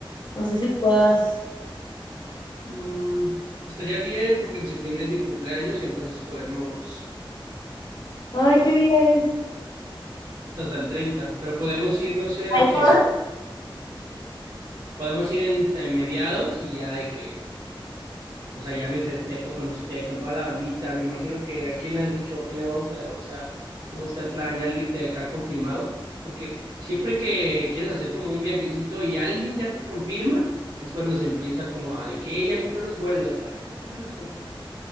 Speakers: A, on the left; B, on the right.
A: No sé si puedas.
B: Mm, estaría bien, porque en septiembre es mi cumpleaños, entonces podemos,
A: Ay, ¿qué día es?
B: o sea, hasta el 30, pero podemos ir, no sé,
A: Ay,
B: de que,
A: No,
B: podemos ir en, en mediados y ya de que O sea, ya me festejo con usted, con toda la bandita. Me imagino que a quién le has dicho, a quién le vamos a, o sea, cómo está el plan, ya alguien te ha confirmado. Porque siempre que quieres hacer como un viajecito y alguien ya te confirma, es cuando se empieza como a de que "Eh, ya compré los vuelos, ay yo también ya los compré.